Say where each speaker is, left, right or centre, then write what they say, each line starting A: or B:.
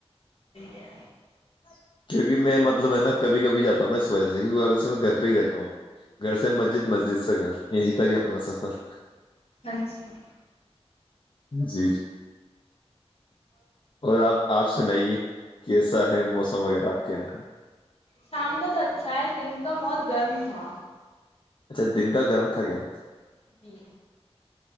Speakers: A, on the left; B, on the left.
A: ہے
B: <unintelligible> کیونکہ میں مطلب ہے نا جاتا ہوں نا اس وجہ سے کی وہ سے میں گھر پہ ہی رہتا ہوں گھر سے مسجد مسجد سے گھر یہی تھاک کہ اپنا سفر
A: اچھا
B: جی <unintelligible> اور آپ آپ سنائیے کیسا ہے موسم اگر آپ کے یہاں کا
A: شام کا تو اچھا ہے دن کا بہت گرم تھا
B: اچھا دن کا گرم تھا گ
A: جی